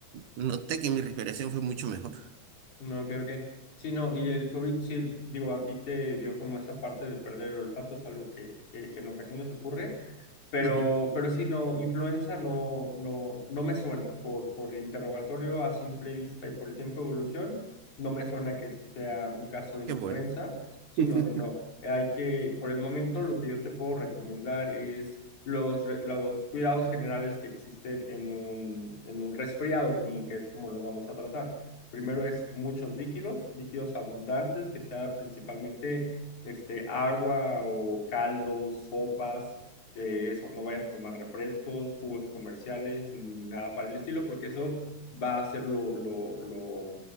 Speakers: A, on the right; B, on the left.
A: noté que mi respiración fue mucho mejor.
B: No, creo que sí, no, y el COVID, sí, digo, a ti te dio como esa parte de perder el olfato, es algo que, que, que en ocasiones ocurre. Pero,
A: Ujú,
B: pero sí, no, influenza no, no, no me suena por, por el interrogatorio a simple vista y por el tiempo de evolución, no me suena que esto sea un caso de influenza.
A: Qué bueno.
B: Sí,
A: <laughs>
B: no, no, no. Hay que, por el momento, lo que yo te puedo recomendar es los, re- los cuidados generales que existen en un, en un resfriado común, que es como lo vamos a tratar. Primero es muchos líquidos, líquidos abundantes, que sea principalmente este, agua o caldos, sopas de eso, no vayas a tomar refrescos, jugos comerciales, ni nada para el estilo, porque eso va a ser lo, lo, lo,